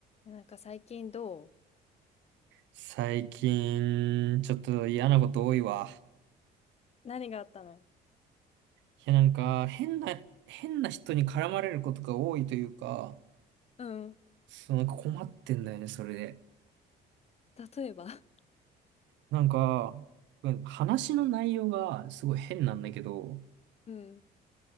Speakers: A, on the left; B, on the right.
A: なんか最近どう
B: 最近、ちょっと嫌なこと多いわ。
A: 何があったの
B: いや、なんか、変な、変な人に絡まれることが多いというか、
A: うん。
B: そう、なんか困ってんだよね、それで。
A: 例えば
B: なんか、うん話の内容がすごい変なんだけど、
A: うん、